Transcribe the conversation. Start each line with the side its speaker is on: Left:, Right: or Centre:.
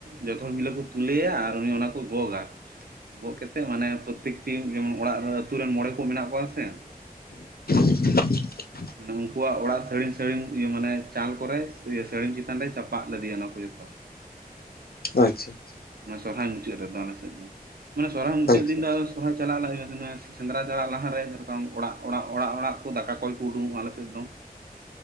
Right: ᱡᱚᱛᱚ ᱦᱚᱲ ᱢᱤᱞᱳ ᱠᱚ ᱛᱩᱞᱟᱹᱭᱟ, ᱟᱨ ᱩᱱᱤ ᱚᱱᱟ ᱠᱚᱭ ᱜᱚᱜᱟ, ᱜᱚᱜ ᱠᱟᱛᱮᱫ ᱢᱟᱱᱮ ᱯᱟᱹᱛᱤᱠ ᱡᱮᱢᱚᱱ ᱚᱲᱟᱜ ᱨᱮ ᱟᱹᱛᱩ ᱨᱮᱱ ᱢᱚᱬᱮ ᱠᱚ ᱢᱮᱱᱟᱜ ᱠᱚᱣᱟ ᱥᱮ ᱾
Left: <inaudible>
Right: ᱢᱟᱱᱮ ᱩᱱᱠᱩᱣᱟᱜ ᱚᱲᱟᱜ ᱥᱟᱹᱲᱤᱢ ᱥᱟᱹᱲᱤᱢ ᱤᱭᱟᱹ ᱢᱟᱱᱮ ᱪᱟᱞ ᱠᱚᱨᱮ ᱥᱟᱹᱲᱤᱢ ᱪᱮᱛᱟᱱ ᱨᱮ ᱪᱟᱯᱟᱫ ᱞᱟᱫᱮᱭᱟ ᱚᱱᱟ ᱠᱚ ᱡᱚᱛᱚ ᱾
Left: ᱟᱪᱪᱷᱟ ᱟᱪᱪᱷᱟ,
Right: ᱢᱟᱱᱮ ᱥᱚᱨᱦᱟᱭ ᱢᱩᱪᱟᱹᱫ ᱨᱮᱫᱚ ᱟᱞᱮᱥᱮᱫ ᱫᱚ ᱢᱟᱱᱮ ᱥᱚᱨᱦᱟᱭ
Left: ᱟᱪᱪᱷᱟ
Right: ᱢᱩᱪᱟᱹᱫ ᱫᱤᱱ ᱫᱚ ᱥᱚᱨᱦᱟᱭ ᱪᱟᱞᱟᱜ ᱥᱮᱸᱫᱽᱨᱟ ᱪᱟᱞᱟᱜ ᱞᱟᱦᱟᱨᱮ ᱡᱮᱨᱚᱠᱚᱢ ᱚᱲᱟᱜ ᱚᱲᱟᱜ ᱚᱲᱟᱲ ᱠᱚ ᱫᱟᱠᱟ ᱠᱚᱭ ᱩᱰᱩᱝᱚᱜᱼᱟ ᱟᱞᱮᱥᱮᱫ ᱫᱚ ᱾